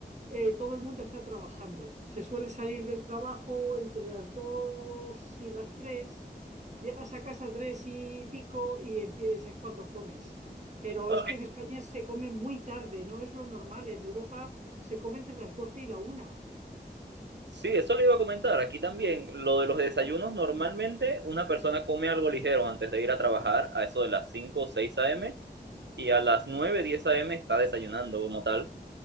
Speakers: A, on the right; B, on the right.
A: eh, todo el mundo está trabajando. Se suele salir del trabajo entre las 2 y las 3. llegas a casa 3 y pico y empiezas es cuando comes. Pero
B: Ok.
A: es que en España se come muy tarde, no es lo normal. En Europa se come entre las doce y la una,
B: Sí, eso le iba a comentar. Aquí también, lo de los desayunos, normalmente una persona come algo ligero antes de ir a trabajar a eso de las 5 o 6 a.m. y a las nueve diez a m está desayunando como tal.